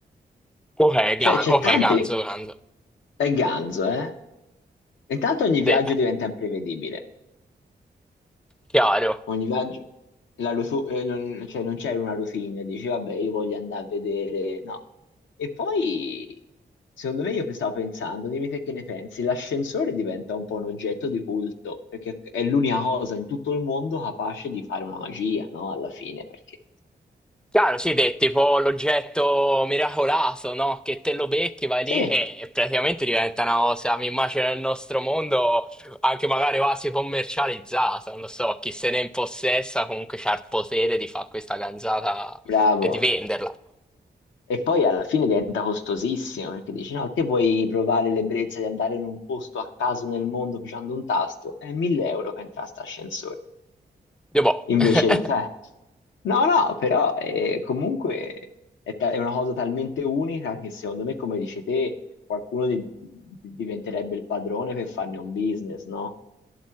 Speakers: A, in the centre; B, on the left.
A: Ok,
B: Cioè,
A: gan-
B: c'è
A: ok,
B: tante...
A: ganzo, ganzo.
B: È ganzo, eh? Intanto ogni
A: De-
B: viaggio diventa imprevedibile.
A: chiaro.
B: Ogni viaggio... la rotu- eh, non, cioè, non c'è una routine. Dici, vabbè, io voglio andare a vedere... No. E poi, secondo me, io stavo pensando, dimmi te che ne pensi, l'ascensore diventa un po' un oggetto di culto, perché è l'unica cosa in tutto il mondo capace di fare una magia, no? Alla fine, perché...
A: Chiaro, sì, è tipo l'oggetto miracoloso, no? Che te lo becchi, vai
B: Sì,
A: lì e, e praticamente diventa una cosa, mi immagino nel nostro mondo, anche magari quasi commercializzata, non lo so, chi se ne impossessa comunque c'ha il potere di fare questa ganzata
B: bravo.
A: e di venderla.
B: E poi alla fine diventa costosissimo perché dici: No, te vuoi provare l'ebbrezza di andare in un posto a caso nel mondo pigiando un tasto? È 1000 euro per entrare a sta ascensore.
A: Io boh,
B: Invece,
A: <laughs>
B: cioè, no, no, però eh, comunque è, ta- è una cosa talmente unica che secondo me, come dici te, qualcuno di- di- diventerebbe il padrone per farne un business, no?